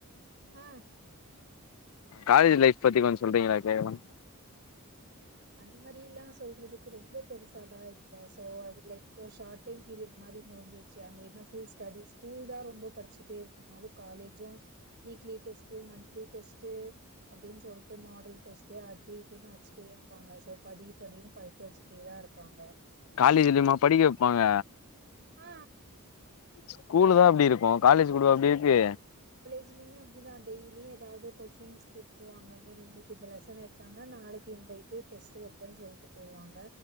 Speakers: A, on the right; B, on the left.
A: ஆ
B: காலேஜ் லைஃப் பத்தி கொஞ்சோ சொல்றீங்களா கேக்கலா
A: அந்த மாரிலா சொல்றதுக்கு ரொம்ப பெருசாலா இல்ல சோ அது லைக் ஒரு ஷார்ட் டைம் பீரியட் மா அதிக் முடிஞ்சிச்சு அங்க என்ன ஃபுல் ஸ்டடிஸ் ஸ்கூல் தா ரொம்ப படிச்சிட்டே இரு உன்னாலு college weekly test monthly test டு அப்டின் சொல்ட்டு மாடல் டெஸ்ட்டு அது இதுன் வச்ட்டே பாங்க சோ படி படின் படிக்க வச்ட்டேதா இருப்பாங்க
B: காலேஜிலயுமா படிக்க வெப்பாங்க
A: ஆ
B: ஸ்கூலு தா அப்டி இருக்கூ காலேஜ் கூடவா அப்டிருக்கு
A: ஈலியுமே அப்டிதா டெய்லியு ஏதாவ்து கொஷின்ஸ் குடுத்துருவாங்க இன்னிக்கு இந்த லெசன் எடுத்தாங்கனா நாளைக்கு இந் த இது டெஸ்ட்டு வெப்போன் சொல்ட்டு போயிருவாங்க